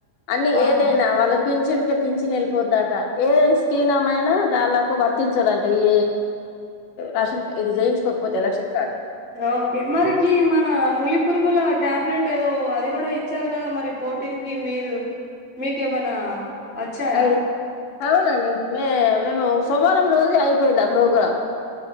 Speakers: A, on the left (about 70°); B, in the centre.
A: అన్ని
B: ఆహా
A: ఏదైనా వాళ్ళ పించిన్ ఉంటే పించిన్ వెళ్ళి వెళ్ళిపోద్దట ఏస్. కీణమైన దాలకు వర్తించదంట ఈ రాషన్ ఇది జయించుకోకపోతే ఎలక్షన్ కార్డు.
B: ఓకే మరికి గి మన నులి పురుగుల టాబ్లెట్ ఏదో అది కూడా ఇ. వచ్చారు కదా మరి ఫోర్టీన్ కి మీరు మీకేమైనా అచ్చాయా.
A: ఐ అవునండి మే మేము సోమవారం రోజే అయిపోయింది ఆ ప్రోగ్రాం.